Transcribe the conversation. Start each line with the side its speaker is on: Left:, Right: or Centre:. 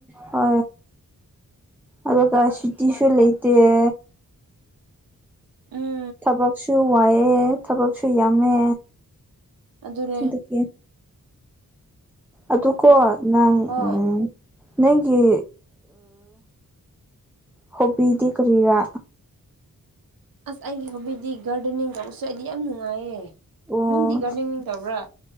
Centre: ꯍ ꯑꯗꯨꯗ ꯁꯨꯇꯤꯁꯨ ꯂꯩꯇ‌ꯦ
Right: ꯎꯝ
Centre: ꯊꯕꯛꯁꯨ ꯋꯥꯏꯌ‌ꯦ ꯊꯕꯛꯁꯨ ꯌꯥꯝꯃꯦ
Right: ꯑꯗꯨꯅꯦ
Centre: ꯑꯗꯨꯒꯤ ꯑꯗꯨꯀꯣ ꯅꯪ
Right: ꯍꯣ
Centre: ꯎꯝ ꯅꯪꯒꯤ ꯍꯣꯕꯤꯗꯤ ꯀꯔꯤꯔꯥ
Right: ꯑꯁ ꯑꯩꯒꯤ ꯍꯣꯕꯤꯗꯤ ꯒꯥꯔꯗꯦꯅꯤꯡ ꯇꯧꯕꯁꯨ ꯑꯩꯗꯤ ꯌꯥꯝ ꯅꯨꯡꯉꯥꯏꯌꯦ
Centre: ꯑꯣ
Right: ꯅꯪꯗꯤ ꯒꯔꯗ‌ꯦꯅꯤꯡ ꯇꯧꯕ꯭ꯔꯥ